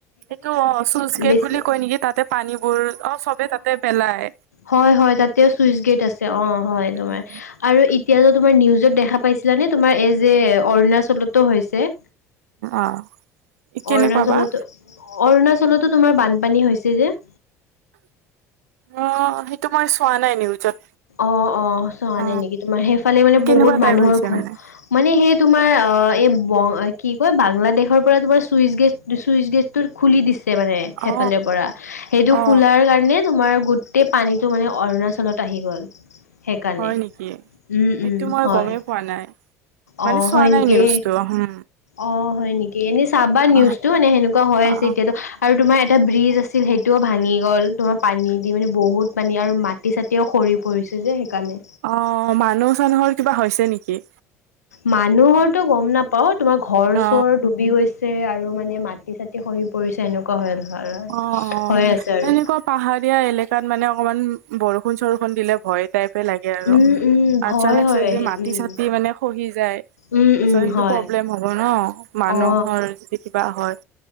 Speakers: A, on the right; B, on the left.
A: এইটো অ' চুচ গেট
B: বেছি
A: বুলি কয় নেকি তাতে পানীবোৰ অ' চবে তাতে পেলায়
B: হয় হয় তাতেও চুইচ গেট আছে অ হয়
A: উম
B: তোমাৰ
A: উম
B: আৰু এতিয়া যে তোমাৰ নিউজত দেখা পাইছিলানে তোমাৰ এই যে অৰুণাচলতো হৈছে
A: অ' কেনেকুৱা
B: অৰুণাচলতো
A: বা?
B: অৰুণাচলতো তোমাৰ বানপানী হৈছে যে
A: অ' সেইটো মই চোৱা নাই নিউজত
B: অ অ চোৱা
A: অ
B: নাই নেকি, তোমাৰ সেইফালে মানে
A: কেনেকুৱা
B: বহুত মানুহৰ
A: টাইপ হৈছে
B: ঘৰ
A: মানে
B: মানে সেই তোমাৰ অ এই ব কি কয় বাংলাদেশৰ পৰা তোমাৰ চুইচ গেট চুইচ গেট টো খুলি দিছে মানে
A: অ
B: সেইফালৰ পৰা সেইটো
A: অ
B: খুলাৰ কাৰণে তোমাৰ গো টেই পানীটো মানে অৰুণাচলত আহি গ'ল সেইকাৰণে
A: হয় নেকি
B: উম উম
A: এইটো মই
B: হয়
A: গমেই পোৱা নাই মানে
B: অ
A: চোৱা
B: হয়
A: নাই
B: নেকি
A: নিউজটো হম
B: অ হয় নেকি, এনেই চাবা
A: অ
B: নিউজটো এনে সেনেকুৱা হৈ
A: অ
B: আছে এতিয়াতো আৰু তোমাৰ এটা ব্ৰিজ আছিল সেইটোও ভাঙি গ'ল, তোমাৰ পানী দি মানে বহুত পানী আৰু মাটি-চাটি ওঁ সৰি পৰিছে যে সেইকাৰণে
A: অ' মানুহ চানুহৰ কিবা হৈছে নেকি?
B: মানুহৰটো গম নাপাও তোমাৰ ঘৰ
A: অ
B: চৰ ডুবি গৈছে আৰু মানে মাটি চাটি সৰি পৰিছে এনেকুৱা হয়
A: অ অ
B: হৈ আছে আৰু।
A: এনেকুৱা পাহাৰীয়া এলেকাত মানে অকমান বৰষুণ চৰষুণ দিলে ভয় টাইপে লাগে আৰু
B: উম, উম, ভয়
A: আচানাক
B: হয়
A: চে যে
B: সেই
A: মাটি
B: উম,
A: চাটি মানে খহি যায় তাৰপিছত
B: উম, উম,
A: সেইটো
B: হয়
A: প্ৰব্লেম হ'ব ন'। মানুহৰ
B: অ'
A: যদি কিবা হয়